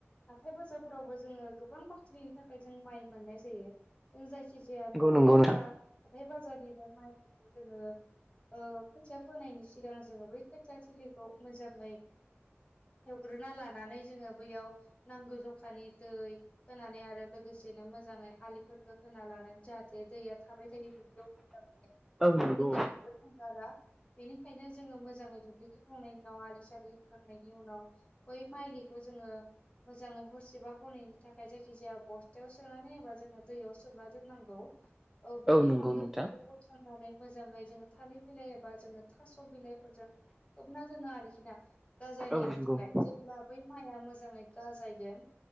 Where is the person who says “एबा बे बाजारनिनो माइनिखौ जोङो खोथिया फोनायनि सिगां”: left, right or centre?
Left